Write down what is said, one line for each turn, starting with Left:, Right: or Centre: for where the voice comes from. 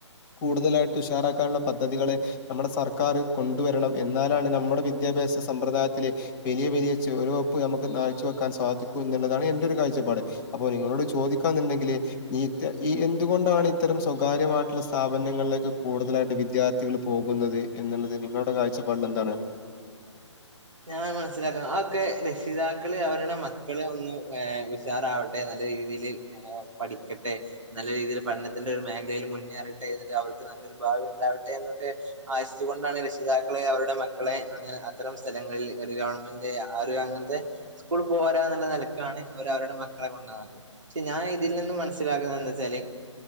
Left: കൂടുതലായിട്ട് ഉഷാറാക്കാനുള്ള പദ്ധതികളെ. നമ്മുടെ സർക്കാർ കൊണ്ടുവരണം എന്നാലാണ് നമ്മുടെ വിദ്യാഭ്യാസ സമ്പ്രദായത്തിലെ വലിയ വലിയ ചര.. പ്നമുക് കാഴ്ച്ച വെക്കാൻ സാധിക്കും എന്നുള്ളതാണ് എന്റെ ഒരു കാഴ്ചപ്പാട് അപ്പോൊ നിങ്ങളോട് ചോദിക്കാ എന്നുണ്ടെങ്കിൽ നീ.. ഈ എന്തുകൊണ്ടാണ് ഇത്തരം സ്വകാര്യമായിട്ടുള്ള സ്ഥപനങ്ങളിലേക്കെ കൂടുതലായിട്ട് വിദ്യാർത്ഥ.. കൾ പോകുന്നത് എന്നുള്ളത് നിങ്ങളുടെ കാഴ്ചപ്പാടിൽ എന്താണ്.
Right: ഞാൻ മനസ്സിലാക്കുന്നു അ ഒക്കെ രക്ഷിതാക്കള് അവരുടെ മക്കള് ഒന്നും ഉഷാറാവട്ടെ. നല്ല രീതിൽ പഠിക്കട്ടെ നല്ല രീതിയിൽ പഠനത്തിന്റെ ഒരു മേഖലയിൽ മുന്നേറട്ടെ എന്നിട്ട് അവർക്ക്.. നരു ഭാവി ഉണ്ടാവട്ടെ എന്നൊക്കെ ആശിച്ച കൊണ്ടാണ് രക്ഷിതാക്കളെ അവരുടെ മക്കളെ അങ്ങനെ അത്തരം.. സ്ഥലങ്ങളിൽ ഒരു ഗവൺമെന്റ് ആ അങ്ങനത്തെ സ്കൂൾ പോകരാന്നുള്ള നിലക്കാണ് അവ അവരുടെ മക്കളെ കൊ.. പക്ഷെ ഞാൻ ഇതിൽ നിന്നും മനസ്സിലാക്കുന്ന എന്താ വെച്ചാല്.